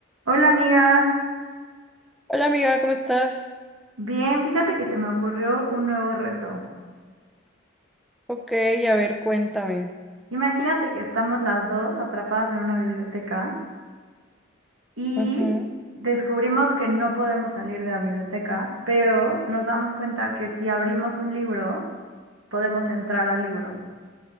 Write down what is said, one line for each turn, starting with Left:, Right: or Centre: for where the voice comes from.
Right: Hola amiga,
Centre: Hola amiga, ¿cómo estás?
Right: bien, fíjate que se me ocurrió un nuevo reto.
Centre: Ok, a ver, cuéntame.
Right: Imagínate que estamos las dos atrapadas en una biblioteca y
Centre: Ujú.
Right: descubrimos que no podemos salir de la biblioteca, pero nos damos cuenta que si abrimos un libro, podemos entrar al libro.